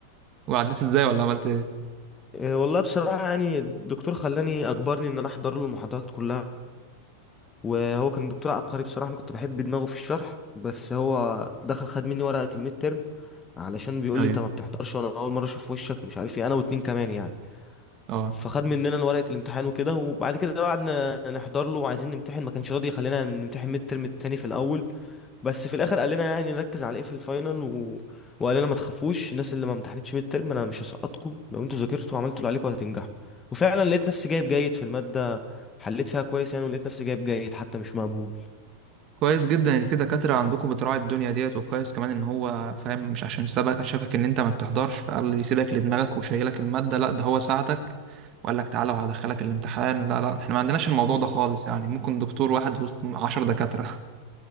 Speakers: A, on the right (about 35°); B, on the left (about 20°).
A: وعديت ازاي ولا عملت ايه
B: إيه والله بصراحة يعني الدكتور خلاني أجبرني إن أنا أحضر له المحاضرات كلها وهو كان دكتور عبقري بصراحة أنا كنت بحب دماغه في الشرح بس هو دخل خد مني ورقة الميد ترم علشان بيقول
A: ايوه
B: لي أنت ما بتحضرش وأنا أول مرة أشوف وشك ومش عارف إيه أنا واتنين كمان يعني
A: اه
B: فخد مننا ورقة الامتحان وكده وبعد كده بقى قعدنا نحضر له وعايزين نمتحن ما كانش راضي يخلينا نمتحن ميد ترم التاني في الأول بس في الآخر قال لنا يعني نركز على إيه في الفاينل و... وقال لنا ما تخافوش الناس اللي ما امتحنتش ميد ترم أنا مش هسقطكم لو أنتوا ذاكرتوا وعملتوا اللي عليكم هتنجحوا وفعلا لقيت نفسي جايب جيد في المادة حليت فيها كويس يعني ولقيت نفسي جايب جيد حتى مش مقبول
A: كويس جدا ان في دكاترة عندكم بتراعي الدنيا ديت وكويس كمان ان هو فاهم مش عشان سبك شافك ان انت ما بتحضرش فقال يسيبك لدماغك وشايلك المادة لا ده هو ساعدك وقال لك تعالى وهدخلك الامتحان لا لا احنا ما عندناش الموضوع
B: مم.
A: ده خالص يعني ممكن دكتور واحد وسط عشر دكاترة